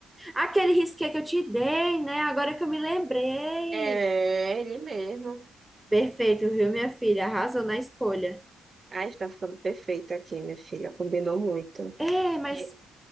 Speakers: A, in the centre; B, on the right.
A: Aquele risqué que eu te dei, né? Agora que eu me lembrei.
B: É, ele mesmo.
A: Perfeito, viu, minha filha? Arrasou na escolha.
B: Ai, está ficando perfeito aqui, minha filha. Combinou muito.
A: É, mas
B: E-